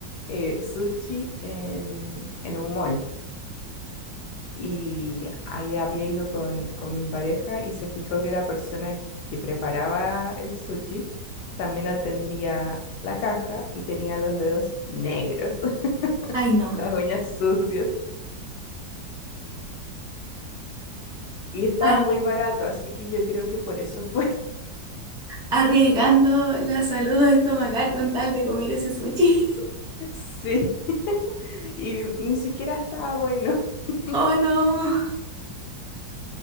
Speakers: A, on the left; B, in the centre.
A: eh, sushi en, en un mall y ahí había ido con, con mi pareja y se fijó que la persona que preparaba el sushi también atendía la caja y tenía los dedos negros, <laughs>
B: Ay, no.
A: las uñas sucias y estaba
B: Ah,
A: muy barato, así que yo creo que por eso fue,
B: arriesgando la salud estomacal con tal de comer ese sushi. <laughs>
A: <laughs> sí, <laughs> y ni siquiera estaba bueno, <laughs>
B: Oh, no.